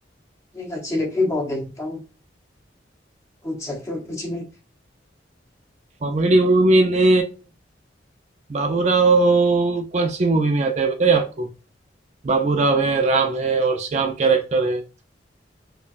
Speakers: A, on the left; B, on the right.
A: ये अच्छी लगती है बहुत देखता हूँ पूछ सकते हो कुछ नहीं
B: कॉमेडी मूवी में ने बाबूराव कौन सी मूवी में आता है बताइए आपको बाबूराव है राम है और श्याम कैरेक्टर है